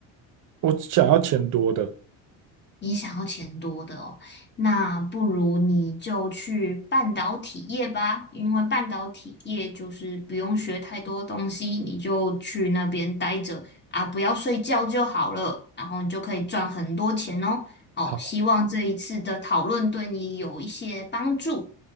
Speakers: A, on the right; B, on the left.
A: 我想要钱多的。
B: 你想要钱多的哦，那不如你就去半导体业吧，因为半导体业就是不用学太多东西，你就去那边待着啊，不要睡觉就好了，然后你就可以赚很多钱哦。哦，
A: 好，
B: 希望这一次的讨论对你有一些帮助。